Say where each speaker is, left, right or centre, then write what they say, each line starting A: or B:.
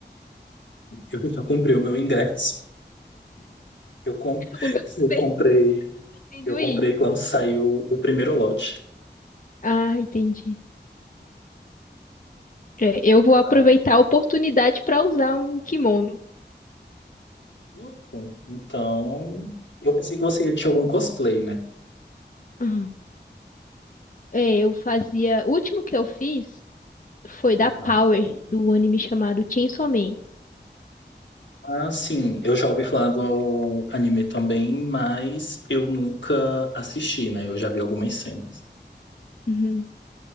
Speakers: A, on the left; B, on the left.
A: Eu já comprei o meu ingresso. Eu, com... <laughs>
B: O meu também,
A: eu comprei,
B: tendo
A: eu comprei
B: ir.
A: quando saiu o primeiro lote.
B: Ah, entendi. É, eu
A: Ah,
B: vou aproveitar a oportunidade para usar um kimono.
A: Então, então, eu pensei que você tinha algum cosplay, né?
B: Uhum. É, eu fazia. O último que eu fiz foi da
A: Aham.
B: Power, do anime chamado Chainsaw Man.
A: Ah, sim, eu já ouvi falar do anime também, mas eu nunca assisti, né? Eu já vi algumas cenas.
B: Uhum.